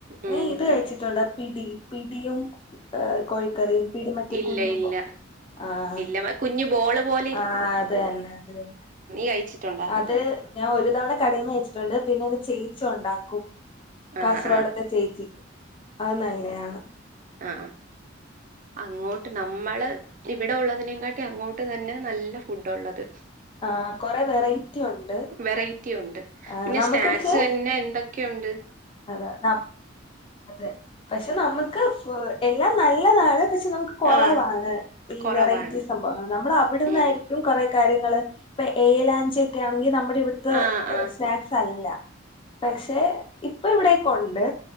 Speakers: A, on the right; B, on the left.
A: ഉം
B: നീ ഇത് കഴിച്ചിട്ടുണ്ടോ പിടി പിടിയും എഹ് കോഴിക്കറിം പിടി മറ്റേ
A: ഇല്ല
B: കുഞ്ഞുമ്പോ
A: ഇല്ല
B: ആഹ്
A: <unintelligible> കുഞ്ഞു ബോള് പോല്
B: ആഹ് അതെന്നെ അതെന്നെ
A: കഴിച്ചിട്ടുണ്ടോ
B: അത് ഞാൻ ഒരു തവണ കടേന്ന് കഴിച്ചിട്ടുണ്ട് പിന്നെ ൻ്റെ ചേച്ചി ഉണ്ടാക്കും.
A: ആഹ്
B: കാസർകോട്തെ
A: ആഹ്
B: ചേച്ചി അത് നല്ലയാണ്.
A: ആഹ് ആഹ് അങ്ങോട്ട് നമ്മള് ഇവിടെ ഉള്ളതിനേകാട്ടി അങ്ങോട്ട് തന്നെ നല്ല ഫുഡുള്ളത്.
B: ആ കൊറെ വെറൈറ്റി ഉണ്ട്
A: വെറൈറ്റിയുണ്ട്
B: ആ,
A: പിന്നെ
B: നമുക്ക്
A: സ്നാക്സെന്നെ
B: പക്ഷേ
A: എന്തൊ ക്യോണ്ട്.
B: അതാ നം അതെ പക്ഷേ നമക്ക് എഹ് എല്ലാം നല്ലതാണ് പക്ഷേ നമക കൊറവാണ്
A: ആഹ്
B: ഈ
A: കൊറവാണ്
B: വെറൈറ്റീ സം ഭവം നമ്മള് അവ്ട്ന്നായിരിക്കും
A: ഉം
B: കൊറെ കാര്യങ്ങള് ഇപ്പൊ ഏലാഞ്ച്യൊക്കാണെങ്കി നമ്മടെ ഇവിട ത്ത്
A: ആഹ് ആഹ്
B: സ്നാക്സല്ല പക്ഷെ ഇപ്പൊ ഇവിടേകൊണ്ട്.